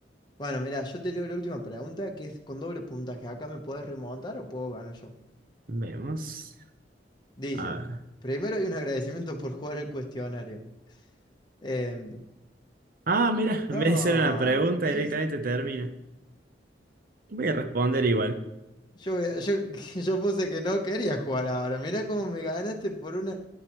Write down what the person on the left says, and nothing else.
Bueno, mira, yo te leo la última pregunta, que es con doble puntaje. ¿Acá me podés remontar o puedo ganar yo?
Dice,
primero hay un agradecimiento por jugar el cuestionario. Em,
no,
es,
yo, voy a- yo, <laughs> yo puse que no quería jugar ahora. Mira cómo me ganaste por una...